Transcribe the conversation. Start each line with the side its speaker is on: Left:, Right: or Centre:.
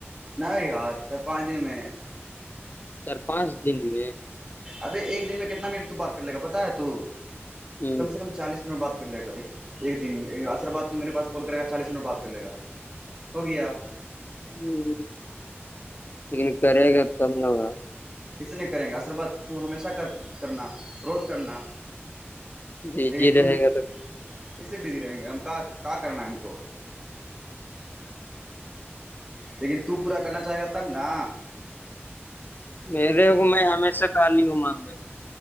Right: ن یار چ پانچ دن میں
Left: سر پانچ دن میں
Right: ابھی ایک دن میں کتنا منٹ تو بات کر لے گا پتا ہے تو
Left: ہ
Right: کم سے کم چالیس منٹ بات کر لے گا ایک دن میں ار بد تو میرے پاس کال کرے گا چالیس منٹ بات کر لے گا ہو گیا
Left: ہاں لیکن کرے گا تب نہگا
Right: کسی نے کریں گا عصر بات تو ہمیشہ کر کرنا روز کرنا
Left: جی
Right: لیکن
Left: جی رہے
Right: تم
Left: گا تو
Right: کیسے بزی رہیں گے ہم کا کرنا ہے ہم کو لیکن تو پورا کرنا چاہے گا تب نا
Left: میرے کو میں ہمیش سے خالی ہ مان رہی ہے ہ